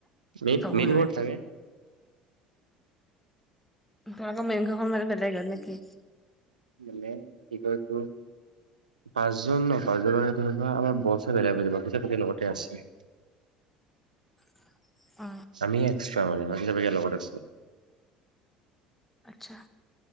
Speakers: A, on the right; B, in the centre.
A: মে
B: চবৰ
A: মেইন
B: লগত
A: ঘৰত থাকে।
B: ত আকৌ মেইন ঘৰ বেলেগেই নেকি?
A: মে কি কয় এইটো পাঁচজন ন পাঁচজন ধৰিলোৱা আমাৰ বছে বেলেগ হৈছে বাগিচব বাকীৰ লগতে আছে।
B: <inaudible> অ
A: আমি এক্সট্ৰা বাকী চব একে লগত আছে।
B: আচ্ছা।